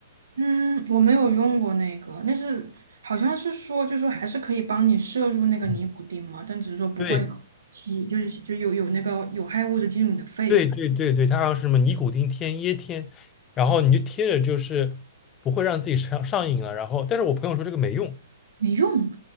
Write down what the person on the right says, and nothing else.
嗯，我没有用过那个，那是好像是说，就是说还是可以帮你摄入那个尼古丁嘛，
但只是说不会吸，
就是就有有那个有害物质进入你的肺，
没用。